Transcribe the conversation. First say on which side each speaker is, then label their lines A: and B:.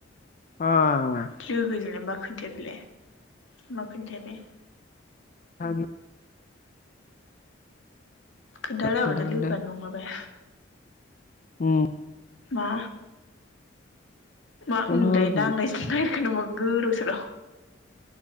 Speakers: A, on the left (about 40°); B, on the left (about 75°).
A: मा
B: लोगोजोंलाय मा खो खोन्थाया बेलाय मा खोन्थाया बे
A: आरो
B: खोन्थालायाबाथाय
A: खोन्थागोन
B: लोगोआनो नङा बे
A: ओम
B: मा मा होनदोंथाय
A: खोन्थागोन
B: नांलायनोसो नागिरखो नामा गोदाव सोराव